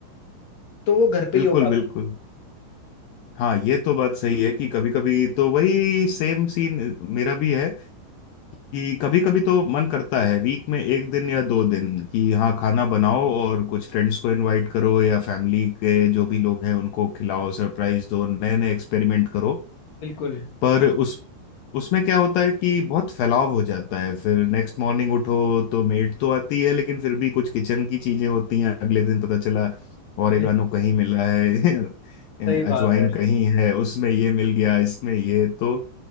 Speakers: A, on the left; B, on the left.
A: तो वो घर पे
B: बिल्कुल
A: ही हो पाता
B: बिल्कुल
A: है
B: हाँ ये तो बात सही है कि कभी कभी तो वही सेम सीन मेरा भी है कि कभी कभी तो मन करता है वीक में एक दिन या दो दिन कि हाँ खाना बनाओ और कुछ फ्रेंड्स को इनवाइट करो या फैमिली के जो भी लोग हैं उनको खिलाओ सरप्राइज दो नए नए एक्सपेरिमेंट करो
A: बिल्कुल
B: पर उस उसमें क्या होता है कि बहुत फैलाव हो जाता है फिर नेक्स्ट मॉर्निंग उठो तो मेड तो आती है लेकिन फिर भी कुछ किचन की चीजें होती हैं अगले दिन पता चला ऑरिगानो
A: <laughs>
B: कहीं मिला है
A: सही
B: <laughs> अजवाइन
A: बात है
B: कहीं है उसमें ये मिल गया इसमें ये तो